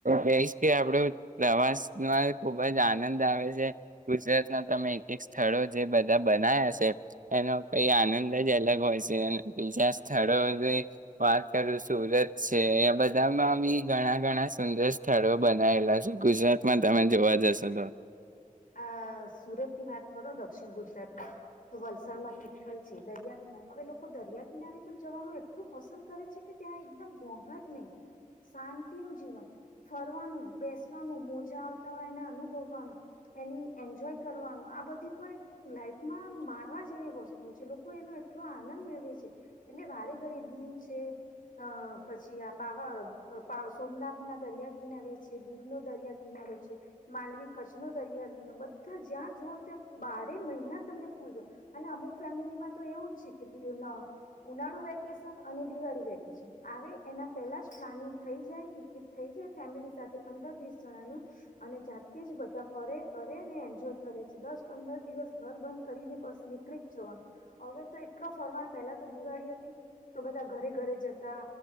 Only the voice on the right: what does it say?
કઈશ કે આપડો પ્રવાસમાં ખુબ જ આનંદ આવે છે ગુજરાતના તમે એક એક સ્થળો જે બધા બનાયા છે એનો કઈ આનંદ જ અલગ હોય છે બીજા સ્થળોની વાત કરું સુરત છે બધામાં બી ઘણા ઘણા સુંદર સ્થળો બનાયલા છે ગુજરાતમાં તમે જોવા જશો તો